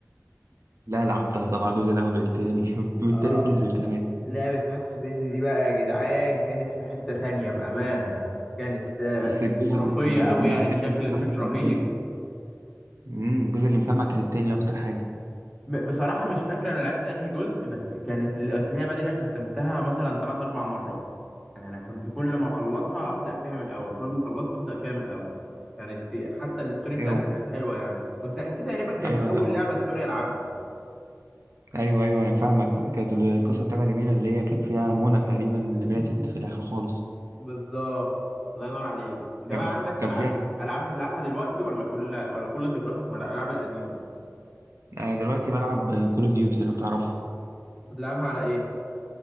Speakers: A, on the right; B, in the centre.
A: لا لعبتها طبعا الجزء الاول والتاني <laughs> والتالت
B: اه
A: نزل كمان
B: لعبة ماكس بين دي بقى يا جدعان كانت في حتة تانية بأمانة كانت آه،
A: بس الجزء
B: خرافية
A: الجزء
B: قوي يعني بشكل
A: اللي اتعمل
B: بشكل
A: كان
B: رهيب
A: تاني امم الجزء اللي مسمع كان التاني اكتر حاجه
B: ب- بصراحة مش فاكر أنا لعبت أنهي جزء بس كانت ال- بس اللعبة دي أنا ختمتها مثلا تلات أربع مرات يعني أنا كنت كل ما أخلصها أبدأ فيها من الأول كل ما أخلصها أبدأ فيها من الأول كانت حتى الستوري بتاعتها
A: ايوه
B: كانت حلوة يعني كنت دي تقريبا كانت
A: ايوه
B: أول
A: انا
B: لعبة ستوري ألعبها
A: ايوه ايوه انا فاهمك كانت القصه بتاعتها جميله اللي هي كان فيها منى تقريبا اللي ماتت
B: امم
A: في الاخر خالص
B: بالظبط الله ينور عليك أنت بقى
A: يعني
B: عندك
A: كان
B: ألعاب
A: فيها
B: ألعاب بتلعبها دلوقتي ولا كل ولا كل ذكرياتك مع الألعاب القديمة
A: انا دلوقتي بلعب كول اوف ديوتي لو تعرفها
B: بتلعبها على إيه؟